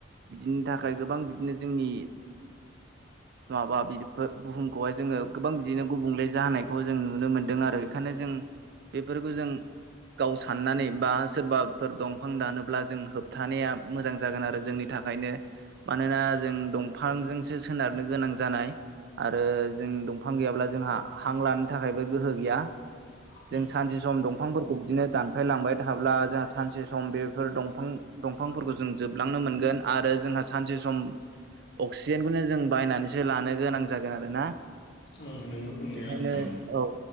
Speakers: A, on the right (about 60°); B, on the left (about 65°).
A: बिदिनि थाखाय गोबां बिदिनो जोंनि माबा बेफोर बुहुमखौहाय जोङो गोबां बिदिनो गुबुंले जाहोनायखौ जों नुनो मोन्दों आरो बेखायनो जों बेफोरखौ जों गाव साननानै बा सोरबाफोर दंफां दानोब्ला जों होबथानाया मोजां जागोन आरो जोंनि थाखायनो मानोना जों दंफांजोंसो सोनारनो गोनां जानाय आरो जों दंफां गैयाब्ला जोंहा हां लानो थाखायबो गोहो गैया।
B: <inaudible>
A: जों सानसे सम दंफांफोरखौ बिदिनो दानफायलांबाय थाब्ला जों सानसे सम बेफोर दंफां दंफां दफांफोरखौ जों जोबलांनो मोनगोन आरो जोंहा सानसे सम अक्सिजेनखौनो जों बायनानैसो लानो गोनां जागोन आरो ना
B: उम नंगौ नंनायालाय
A: बेखायनो औ